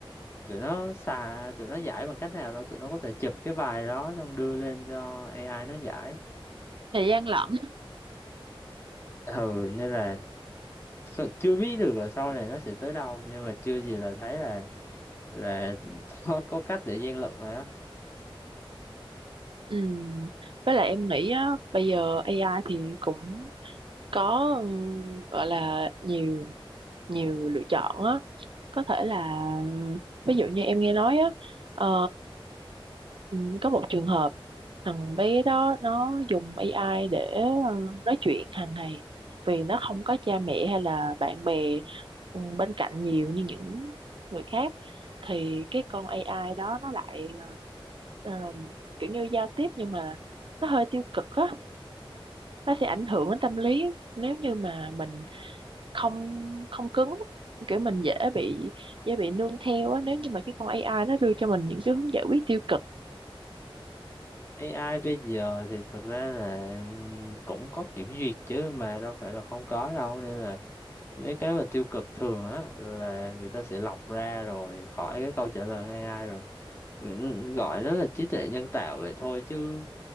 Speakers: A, on the left; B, on the right.
A: tụi nó xà tụi nó giải bằng cách nào đó tụi nó có thể chụp cái bài đó xong đưa lên cho AI nó giải
B: thời gian lận
A: ừ nên là sợ- chưa biết được là sau này nó sẽ tới đâu nhưng mà chưa gì là thấy là là <laughs> có, có cách để gian lận rồi á
B: ừ. với lại em nghĩ á, bây giờ AI thì cũng có ừ, gọi là nhiều nhiều lựa chọn á có thể là ví dụ như em nghe nói á ờ, ừm, có một trường hợp thằng bé đó nó dùng AI để ờ, nói chuyện hàng ngày vì nó không có cha mẹ hay là bạn bè ừ, bên cạnh nhiều như những người khác thì cái con AI đó nó lại ờ, ờm, kiểu như giao tiếp nhưng mà nó hơi tiêu cực á nó sẽ ảnh hưởng đến tâm lý nếu như mà mình không không cứng kiểu mình dễ bị dễ bị nương theo á nếu như mà cái con AI nó đưa cho mình những cái hướng giải quyết tiêu cực
A: AI bây giờ thì thực ra là cũng có kiểm duyệt chứ mà đâu phải là không có đâu nên là mấy cái mà tiêu cực thường á là người ta sẽ lọc ra rồi khỏi cái câu trả lời AI rồi Ừ, gọi nó là trí tuệ nhân tạo vậy thôi chứ